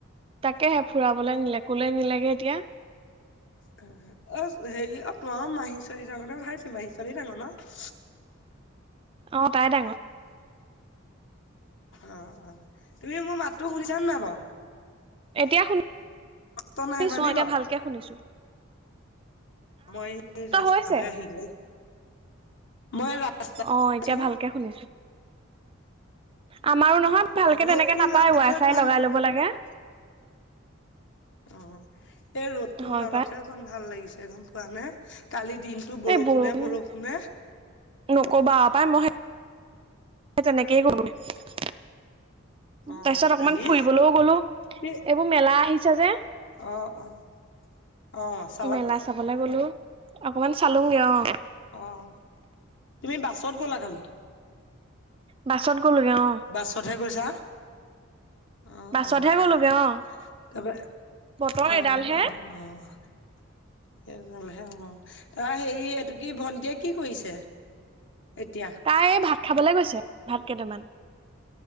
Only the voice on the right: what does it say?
তাকেহে ফুৰাবলৈ নিলে, ক'লে নিলেগে এতিয়া।
অ', তাই ডাঙৰ।
এতিয়া শুনি
শুনিছোঁ
অ',
এতিয়া
ভালকে শুনিছোঁ।
হৈছে
অ'
এতিয়া ভালকে শুনিছো। আমাৰো নহয়
ভালকে
তেনেকে নাপায়
ৱাই
ফাই লগাই ল'ব লাগে।
হয়
পাই
এই বৰষুণ
নকবা আৰু পায় মই সে তেনেকেই কৰো <unintelligible>
তাৰ পিছত অকমান
ফুৰিবলৈও গ'লো,
এইবোৰ মেলা আহিছে যে।
মেলা
চাবলৈ গলো, অকমান চালোঙগে অ'।
বাছত গ'লোগে অ'।
বাছতহে
গোলোগে অ',
বতৰ
এডালহে।
তাই এই ভাত খাবলে গৈছে ভাত কেইটামান।